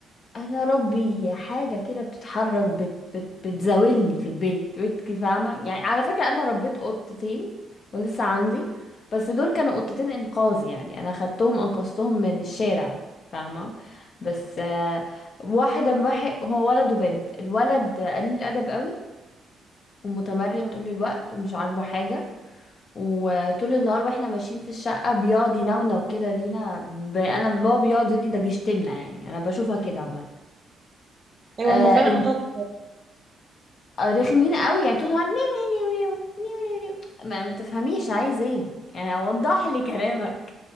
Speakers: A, on the left; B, on the right.
A: انا ربي حاجه كده بتتحرك بت بت بتزاولني في البيت بيت كي- فاهمه يعني على فكره انا ربيت قطتين ولسه عندي بس دول كانوا قطتين انقاذ يعني انا خدتهم انقذتهم من الشارع فاهمه بس آه، واحده واحد هو ولد وبنت الولد قليل الادب قوي ومتمرد
B: اه
A: طول الوقت ومش عاجبه حاجه وطول النهار واحنا ماشيين في الشقه بيقعد ينونو كده لينا ب... انا بابا بيقعد يقول لي ده بيشتمنا يعني انا بشوفها كده عامه
B: ايوه
A: آه،
B: هما فعلا قطط
A: آه، رخمين قوي يعني طول النهار نيو نيو نيو نيو نيو نيو ما ما تفهميش عايز ايه يعني وضح لي كلامك